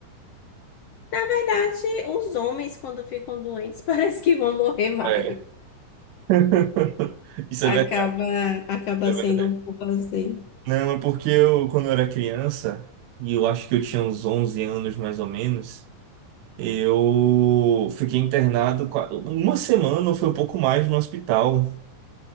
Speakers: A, on the left; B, on the right.
A: Na verdade, os homens, quando ficam doentes, <laughs> parece que vão morrer mais.
B: É, <laughs> isso
A: Acaba,
B: é verdade,
A: acaba
B: isso é
A: sendo
B: verdade.
A: um pouco assim,
B: Não, é porque eu, quando eu era criança, e eu acho que eu tinha uns 11 anos mais ou menos, eu fiquei internado qua- uma semana ou foi um pouco mais no hospital.